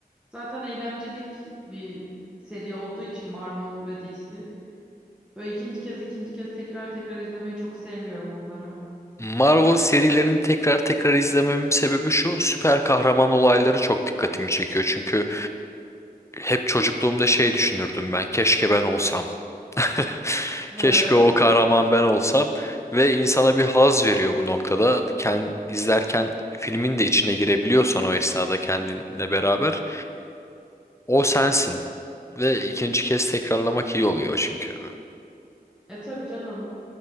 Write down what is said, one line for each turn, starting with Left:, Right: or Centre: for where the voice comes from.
Centre: Zaten eğlencelik bir seri olduğu için Marvel ve DC. Böyle ikinci kez ikinci kez tekrar tekrar izlemeyi çok sevmiyorum onları.
Left: Marvel serilerini tekrar tekrar izlememin sebebi şu, süper kahraman olayları çok dikkatimi çekiyor. Çünkü hep çocukluğumda şey düşünürdüm ben, keşke ben olsam. <laughs>
Centre: Evet.
Left: Keşke o kahraman ben olsam ve insana bir haz veriyor bu noktada. Kend, izlerken filmin de içine girebiliyorsan o esnada kendinle beraber o sensin ve ikinci kez tekrarlamak iyi oluyor çünkü.
Centre: E tabii canım.